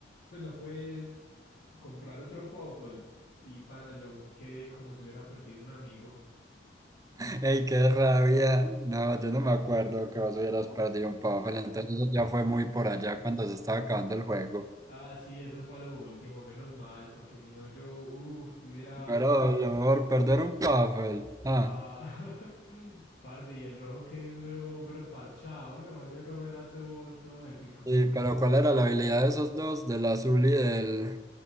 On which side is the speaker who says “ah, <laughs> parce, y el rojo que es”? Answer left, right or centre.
Left